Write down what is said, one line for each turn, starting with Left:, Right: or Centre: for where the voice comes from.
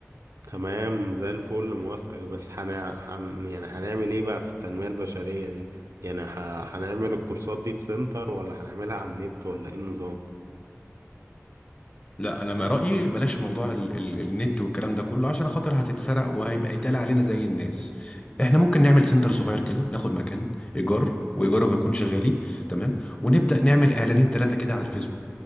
Right: تمام زي الفل موافقك بس هن... هن... يعني هنعمل ايه بقى في التنمية البشرية دي يعني ه... هنعمل الكورسات دي في سنتر ولا هنعملها على النت ولا ايه النظام
Left: لا انا ما رايي بلاش موضوع ال ال النت والكلام ده كله عشان خاطر هتتسرق وهيبقى يتقال علينا زي الناس احنا ممكن نعمل سنتر صغير كده ناخد مكان ايجار وايجاره بيكونش غالي تمام ونبدا نعمل اعلانين ثلاثه كده على الفيسبوك